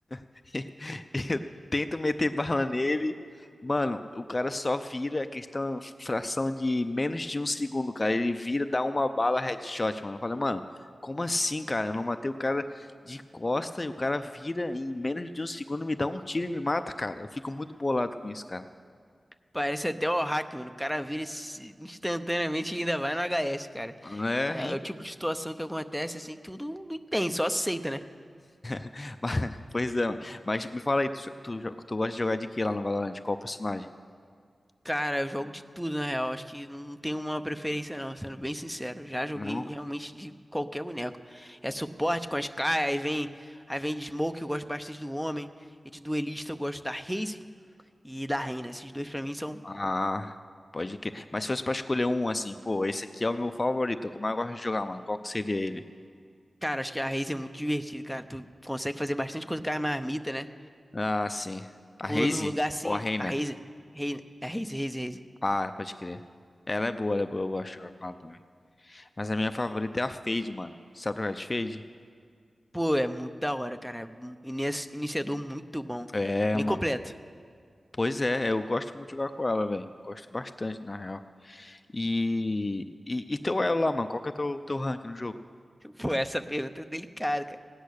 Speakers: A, on the left; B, in the centre.
A: <laughs> Eu tento meter bala nele. Mano, o cara só vira questão, fração de menos de um segundo, cara. Ele vira, dá uma bala headshot, mano. Eu falei, mano, como assim, cara? Eu não matei o cara de costa e o cara vira em menos de um segundo, me dá um tiro e me mata, cara. Eu fico muito bolado com isso, cara.
B: Parece até o hack, mano. O cara vira esse- instantaneamente e ainda vai no HS, cara.
A: Né?
B: É,
A: hein?
B: é o tipo de situação que acontece, assim, tu não, não entende, só aceita, né?
A: <laughs> Mas- Pois é, mano. mas me fala aí, tu, tu, jo- tu gosta de jogar de que lá no Valorant? Qual personagem?
B: Cara, eu jogo de tudo, na real. Acho que não tem uma preferência, não, sendo bem sincero. Já joguei
A: Não?
B: realmente de qualquer boneco. É suporte com a Sky, aí vem, aí vem de Smoke, eu gosto bastante do Homem. E de duelista eu gosto da Raze e da Reyna. Esses dois pra mim são.
A: Ah, pode que. Mas se fosse pra escolher um assim, pô, esse aqui é o meu favorito, como eu gosto de jogar, mano. Qual que seria ele?
B: Cara, acho que a Raze é muito divertida, cara. Tu consegue fazer bastante coisa com a marmita, né?
A: Ah, sim. A
B: Pula
A: Raze
B: num lugar assim.
A: ou a Reina?
B: A Raze. Reyna- É Raze, Raze, Raze.
A: Ah, pode crer. Ela é boa, ela é boa, eu gosto de jogar com ela também. Mas a minha favorita é a Fade, mano. Sabe jogar de Fade?
B: Pô, é muito da hora, cara. É um inici- iniciador muito bom.
A: É,
B: Bem
A: mano.
B: completo.
A: Pois é, eu gosto muito de jogar com ela, velho. Gosto bastante, na real. E, e, e teu elo lá, mano? Qual que é teu, teu rank no jogo?
B: Pô, essa pergunta é delicada, cara.